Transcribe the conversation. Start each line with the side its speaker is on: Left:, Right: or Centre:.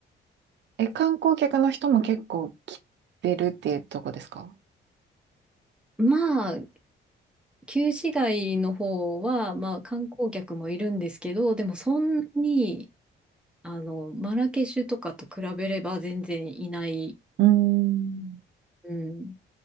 Right: え、観光客の人も結構来てるっていうとこですか
Centre: まあ、旧市街の方は、まあ、観光客もいるんですけど、でもそんなに、あの、マラケシュとかと比べれば全然いない。
Right: うん。
Centre: うん。